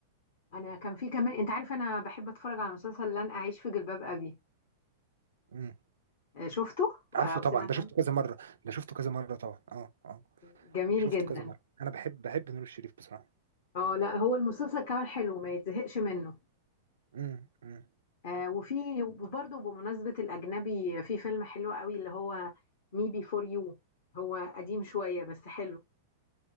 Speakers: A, on the left; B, on the right.
A: انا كان في كمان انت عارف انا بحب اتفرج على مسلسل لن اعيش في جلباب ابي
B: امم
A: آه، شفته
B: عارفه
A: او
B: طبعا
A: سمعت
B: ده شفته
A: عنه
B: كذا مره ده شفته كذا مره طبعا اه اه
A: جميل
B: شفته
A: جدا
B: كذا مره انا بحب بحب نور الشريف بصراحه
A: اه لا هو المسلسل كمان حلو ما يتزهقش منه
B: امم امم
A: آه وفي وبرضه بمناسبة الأجنبي في فيلم حلو قوي اللي هو مي بي فور يو هو قديم شوية بس حلو